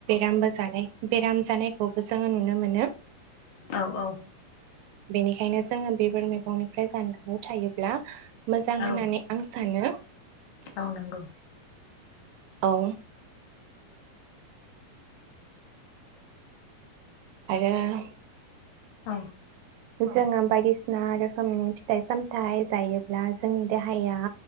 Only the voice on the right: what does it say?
आमबो जानाय बेराम जानायखौबो जोङो नुनो मोनो।
बेनिखायनो जोङो बेबार मैगंनिफ्राय जानगाराव थायो ब ब्ला मोजां होननानै
आं सानो।
औ आरो
जोङो बायदिसिना आरो रोखोमनि फिथाइ सामथाय जायोब्ला जोंनि देहाया